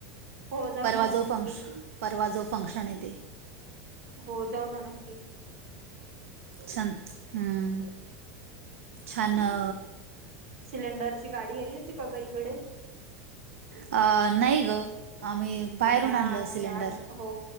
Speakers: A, on the right (about 70°); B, on the right (about 85°).
A: हो जाऊ
B: परवा
A: ना
B: जो
A: नक्की
B: फंश परवा जो फंक्शन येतेे.
A: हो जाऊन आलात की.
B: छन हम्म छान अ
A: सिलेंडर ची गाडी आली होती का गं इकडे
B: अ नाही गं आम्ही बाहेरून
A: हो ना
B: आणलं
A: मी
B: सिलेंडर
A: आज हो